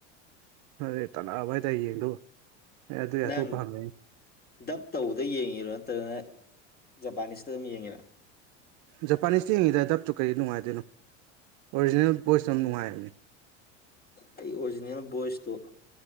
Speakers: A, on the right (about 55°); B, on the left (about 25°).
A: ꯑꯗꯨ ꯇꯅꯥꯑꯕ ꯍꯥꯏꯇꯥ ꯌꯦꯡꯗꯣ ꯑꯗꯨꯗꯤ
B: ꯅꯪ
A: ꯑꯇꯣꯞꯄ ꯍꯪꯉ
B: ꯗꯞ ꯇꯧꯕꯗ ꯌꯦꯡꯉꯤꯔꯣ ꯅꯠꯇ꯭ꯔꯒꯅ ꯖꯄꯥꯅꯤꯁꯇ ꯑꯗꯨꯝ ꯌꯦꯡꯉꯤꯔ
A: ꯖꯄꯥꯅꯤꯁꯇ ꯌꯦꯡꯉꯤꯗ ꯗꯞꯇꯨ ꯀꯔꯤ ꯅꯨꯡꯉꯥꯏꯗꯣꯏꯅꯣ ꯑꯣꯔꯤꯖꯤꯅꯦꯜ ꯚꯣꯏꯁꯇꯣ ꯌꯥꯝ ꯅꯨꯡꯉꯥꯏꯕꯅꯤ
B: ꯑꯩ ꯑꯣꯔꯤꯖꯤꯅꯦꯜ ꯕꯣꯏꯁꯇꯣ